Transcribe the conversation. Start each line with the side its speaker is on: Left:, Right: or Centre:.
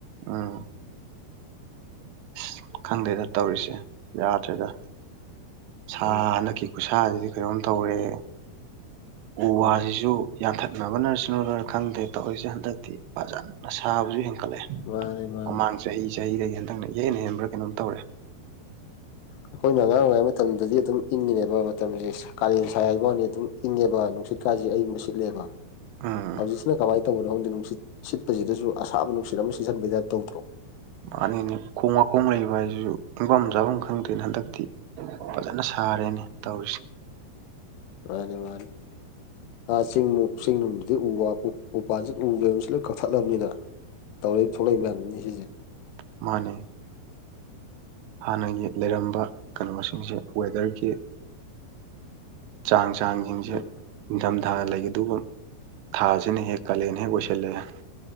Right: ꯑꯥ ꯑꯁ ꯈꯪꯗꯦꯗ ꯇꯧꯔꯤꯁꯦ ꯌꯥꯗ꯭ꯔꯦꯗ ꯁꯥꯟꯅꯈꯤ
Left: ꯎꯝ
Right: ꯈꯨꯁꯥꯁꯤꯗꯤ ꯀꯩꯅꯣꯝ ꯇꯧꯔꯦꯍꯦ ꯎ
Left: ꯎꯝ
Right: ꯋꯥꯁꯤꯁꯨ ꯌꯥꯟꯊꯠꯅꯕꯅꯁꯨꯔꯅ ꯈꯪꯗꯦ ꯇꯧꯔꯤꯁꯦ ꯍꯟꯗꯛꯇꯤ ꯐꯖꯟꯅ ꯁꯥꯕꯁꯨ ꯍꯦꯟꯀꯠꯂꯛꯑꯦ
Left: ꯃꯥꯅꯦ ꯃꯥꯅꯦꯦ
Right: ꯃꯃꯥꯡ ꯆꯍꯤ ꯆꯍꯤꯗꯒꯤ ꯍꯟꯗꯛꯅ ꯏꯍꯦꯟ ꯍꯦꯟꯕ꯭ꯔ ꯀꯩꯅꯣꯝ ꯇꯧꯔꯦ
Left: ꯑꯩꯈꯣꯏꯅ ꯑꯉꯥꯡ ꯑꯣꯏꯔꯤ ꯃꯇꯝꯗꯗꯤ ꯑꯗꯨꯝ ꯏꯪꯉꯤꯅꯦꯕ ꯃꯇꯝꯁꯦ ꯀꯥꯂꯦꯟ ꯁꯥꯏ ꯍꯥꯏꯕ꯭ꯋꯥꯅꯤ ꯑꯗꯨꯝ ꯏꯪꯉꯦꯕ ꯅꯨꯡꯁꯤꯠꯀꯥꯁꯦ ꯑꯏꯪꯕ ꯁꯤꯠꯂꯦꯕ
Right: ꯎꯝ
Left: ꯍꯧꯖꯤꯛꯁꯤꯅ ꯀꯃꯥꯏ ꯇꯧꯕꯅꯣ ꯈꯪꯗꯦ ꯅꯨꯡꯁꯤꯠ ꯁꯤꯠꯄꯁꯤꯗꯁꯨ ꯑꯁꯥꯕ ꯅꯨꯡꯁꯤꯠ ꯑꯃ ꯁꯤꯖꯟꯕꯩ ꯇꯥꯏꯞ ꯇꯧꯗ꯭ꯔꯣ
Right: ꯃꯥꯟꯅꯤꯅꯦ ꯈꯣꯡ ꯋꯥꯈꯣꯡ ꯂꯩꯕ ꯍꯥꯏꯁꯤꯁꯨ ꯏꯪꯐꯝ ꯆꯥꯐꯝ ꯈꯪꯗꯦ ꯑꯦꯅ ꯍꯟꯗꯛꯇꯤ ꯐꯖꯅ ꯁꯥꯔꯦꯅꯦ ꯇꯧꯔꯤꯁꯤ
Left: ꯃꯥꯅꯦ ꯃꯥꯅꯦ ꯑꯥ ꯆꯤꯡꯅꯨ ꯆꯤꯡ ꯅꯨꯡꯗꯨꯗꯤ ꯎ ꯋꯥ ꯀꯨ ꯎꯄꯥꯟꯁꯤꯗ ꯎꯕꯁ ꯂꯣꯏ ꯀꯛꯊꯠꯂꯕꯅꯤꯅ ꯇꯧꯔꯛꯏ ꯊꯣꯛꯂꯛꯏ ꯃꯌꯥꯝꯗꯨꯅꯤꯅꯦ ꯁꯤꯖꯦ
Right: ꯃꯥꯟꯅꯦ ꯍꯥꯟꯅꯒꯤ ꯂꯩꯔꯝꯕ ꯀꯩꯅꯣꯁꯤꯡꯁꯦ ꯋꯦꯗꯔꯒꯤ ꯆꯥꯡ ꯆꯥꯡꯁꯤꯡꯁꯦ
Left: ꯎꯝ
Right: ꯅꯤꯡꯊꯝꯊꯥ ꯂꯩꯒꯗꯧꯒꯨꯝ ꯊꯥꯁꯤꯅ ꯍꯦꯛ ꯀꯥꯂꯦꯟ ꯍꯦꯛ ꯑꯣꯏꯁꯤꯜꯂꯛꯑꯦ